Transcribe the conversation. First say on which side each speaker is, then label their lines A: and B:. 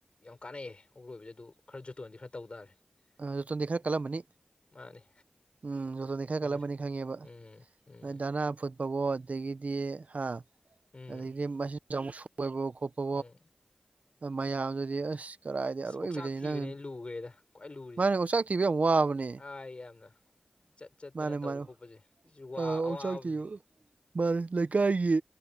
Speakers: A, on the left; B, on the right.
A: ꯌꯥꯝ ꯀꯥꯟꯅꯩꯑ ꯑꯣꯛꯂꯣꯏꯕꯁꯦ ꯑꯗꯨ ꯈꯔ ꯖꯨꯇꯣꯟꯗꯤ ꯈꯔ ꯇꯧ ꯇꯥꯔꯦ
B: ꯖꯣꯇꯣꯟꯗꯤ ꯈꯔ
A: ꯎꯝ
B: ꯀꯜꯂꯝꯃꯅꯤ
A: ꯃꯥꯅꯤ
B: ꯎꯝ ꯖꯣꯇꯣꯟꯗꯤ ꯈꯔ
A: ꯑꯗꯨꯅ
B: ꯀꯜꯂꯝꯃꯅꯤ ꯈꯪꯉꯦꯕ
A: ꯎꯝ ꯎꯝ
B: ꯅꯣꯏ ꯗꯅꯥ ꯐꯨꯠꯄꯋꯣ ꯑꯗꯒꯤꯗꯤ ꯍꯥ
A: ꯎꯝ
B: ꯑꯗꯗꯒꯤꯗꯤ ꯃꯆꯤꯟꯥꯛ ꯁꯣꯏꯕ ꯈꯣꯠꯄꯣ
A: ꯎꯝ
B: ꯃꯌꯥꯝꯗꯨꯗꯤ ꯑꯁ ꯀꯔꯥꯏꯗꯩ ꯑꯔꯣꯏꯕꯤꯗꯅꯤ
A: ꯑ ꯑꯣꯛꯆꯥꯛ ꯊꯤꯕꯅꯤꯅ
B: ꯅꯪ
A: ꯂꯨꯈ꯭ꯔꯦꯗ ꯈ꯭ꯋꯥꯏ ꯂꯨꯔꯤꯁꯦ
B: ꯃꯥꯅꯦ ꯑꯣꯆꯥꯛ ꯊꯤꯕ ꯌꯥꯝ ꯋꯥꯕꯅꯦ
A: ꯑ ꯌꯥꯝꯅ ꯆꯠ ꯆꯠꯇꯅ
B: ꯃꯥꯅꯦ
A: ꯇꯧꯕ
B: ꯃꯥꯅꯦ
A: ꯈꯣꯠꯄꯁꯦ ꯁꯤꯁꯨ ꯋꯥ
B: ꯑꯣꯆꯥꯛ
A: ꯑꯋꯥꯕ ꯑꯃꯅꯦ
B: ꯊꯤꯕ ꯃꯥꯅꯦ ꯂꯩꯀꯥꯏꯒꯤ